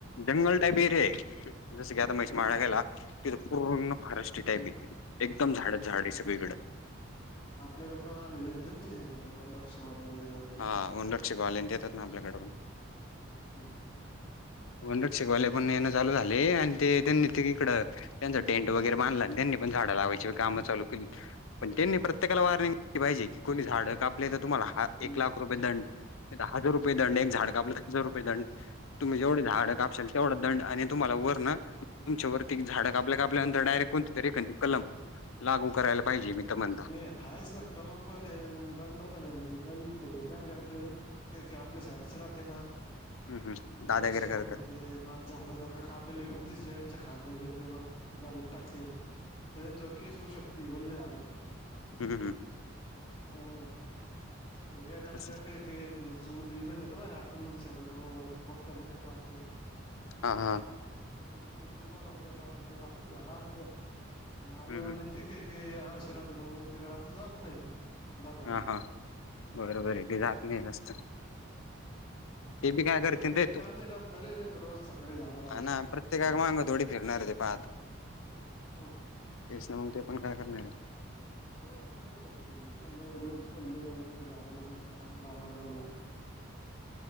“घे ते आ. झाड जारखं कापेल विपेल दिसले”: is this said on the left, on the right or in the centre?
Left